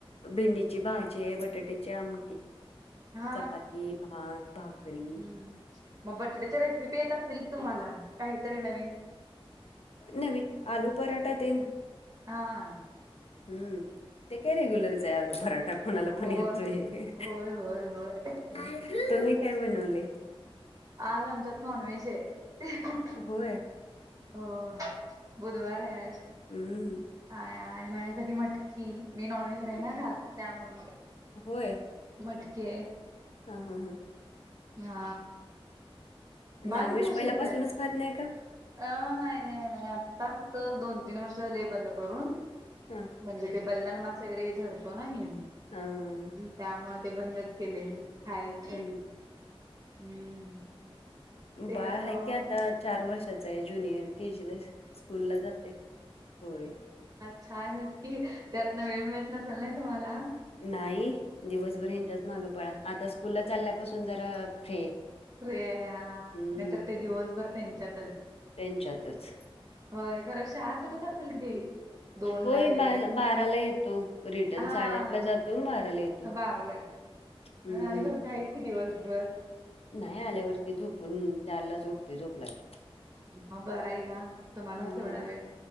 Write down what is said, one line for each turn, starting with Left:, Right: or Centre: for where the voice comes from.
Left: भेंडीची भाजी बटाट्याचे आम
Right: हा
Left: चपाती भात भाकरी
Right: हम्म मग बटाट्याच्या रेसिपी येत असतील तुम्हाला काहीतरी नवीन
Left: न आलू पराठा देन.
Right: हा.
Left: हम्म ते काय रे गुलर लो भराा कोणाला
Right: होय
Left: पण येतोय
Right: होय होय होय
Left: त. काय बनवले.
Right: आज आमच्यात नॉनव्हेज आहे.
Left: वर एक
Right: हो बुधवार याल.
Left: हम्म.
Right: हा आणि माझ्यासाठी मटकी मी नॉन व्हेज नाही ना ख त्यामु
Left: होय.
Right: मटके.
Left: हा हा हा.
Right: हा. बाळ
Left: नॉन
Right: किती
Left: व्हेज
Right: वर्षाच
Left: पहिल्यापासूनच
Right: आहे
Left: खात नाही का?
Right: अ नाही नाही नाही आता फक्त दोन तीन वर्ष झाली बंद करून
Left: हा.
Right: म्हणजे ते बलदान मास वगरे धरतो ना मी
Left: हा.
Right: त्यामुळे ते बंदच केले खायच
Left: हम्म
Right: हम्म. ते
Left: बाळ
Right: कसं
Left: आहे कय आता चार वर्षाचा आहे ज्युनियर के जीला स्कूल ला जाते होय.
Right: छान नकी त्यातन वेळ मिळत नसल नाही तुम्हाला
Left: नाही दिवसभर हच्याच माग पळा आता स्कूल चालल्यापासून जरा फ्री
Right: रे हा
Left: हम्म
Right: नाहींतर ते दिवसभर त्यांच्यातच
Left: त्यांच्यातच
Right: होय खरं शहा सटत असतील कि ते दोन
Left: हो
Right: ला वगैरे
Left: ब बाराला येतो रिटर्न
Right: हा
Left: साडेआठला जातो बाराला येतो.
Right: बाराला
Left: हम्म
Right: आणि बर दय दिवसभर
Left: नाही आल्यावरती झोपण चारला च उडतोय झोप लागे
Right: मग बरं आहे का तुम्हालाच
Left: हा.
Right: तेवढा वेळ